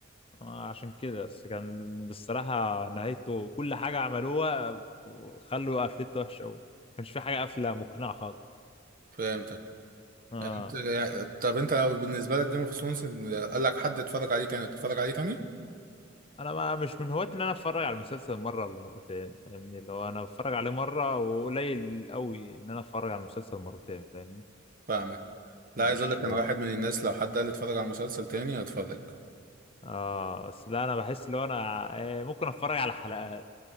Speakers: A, on the left; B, on the right.
A: آه، عشان كده بس كان بصراحة نهايته كل حاجة عملوها خلوا قفلته وحشة أوي ما كانش في حاجة قافلة مقنعة خالص
B: فهمتك
A: آه.
B: يعني انت طب انت لو بالنسبه لك جيم اوف ثرونز قال لك حد اتفرج عليه تاني تتفرج عليه تاني
A: أنا ما مش من هواة إن أنا أتفرج على المسلسل مرة ولا مرتين فاهمني اللي هو أنا بتفرج عليه مرة وقليل أوي إن أنا أتفرج على المسلسل مرتين فاهمني
B: فاهمك لا
A: مش
B: عايز اقول لك انا واحد من الناس لو حد قال لي اتفرج على مسلسل تاني هتفرج
A: اه بس لا انا بحس اللي هو انا آه، ممكن اتفرج على حلقات